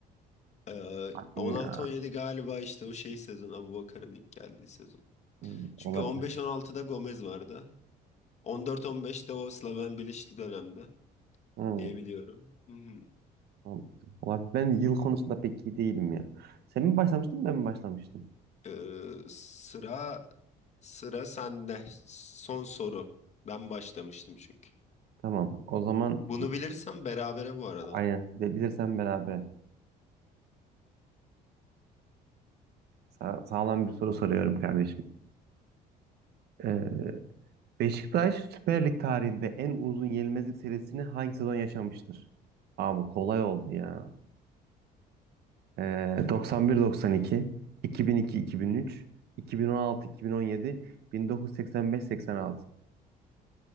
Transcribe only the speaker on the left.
Ee,
16-17
galiba işte o şey sezon Abubakar'ın ilk geldiği sezon.
Çünkü
15-16'da Gomez vardı. 14-15'te o Slaven Bilic'li dönemde
diyebiliyorum. Hı hı.
Ee, sıra sıra sende. Son soru. Ben başlamıştım çünkü.
Bunu bilirsem berabere bu arada.